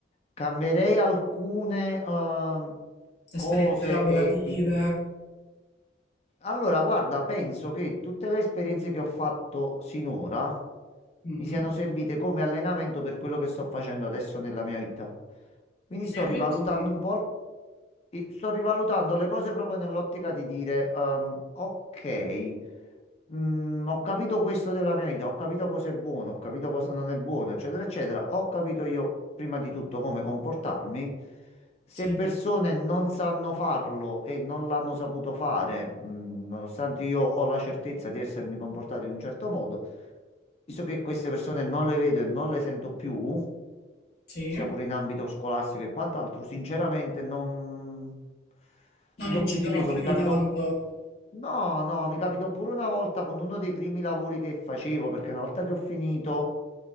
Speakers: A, on the left; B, on the left.
A: Cambierei alcune ehm, cose
B: esperienze lavorative.
A: e il Allora, guarda, penso che tutte le esperienze che ho fatto sinora
B: Mhm.
A: mi siano servite come allenamento per quello che sto facendo adesso nella mia vita. Quindi
B: In
A: sto
B: effetti
A: rivalutando
B: sì,
A: un po', al- i- sto rivalutando le cose proprio nell'ottica di dire, ehm, ok, mm, ho capito questo della mia vita, ho capito cosa è buono, ho capito cosa non è buono, eccetera, eccetera. Ho capito io prima di tutto come comportarmi. Se
B: sì,
A: persone non sanno farlo e non l'hanno saputo fare, mh, nonostante io ho la certezza di essermi comportato in un certo modo, visto che queste persone non le vedo e non le sento più,
B: sì.
A: sia pure in ambito scolastico e quant'altro, sinceramente non ci
B: Non incidono
A: do più di peso.
B: più
A: Mi
B: di
A: capitò,
B: tanto.
A: no, no, mi capitò pure una volta con uno dei primi lavori che facevo, perché una volta che ho finito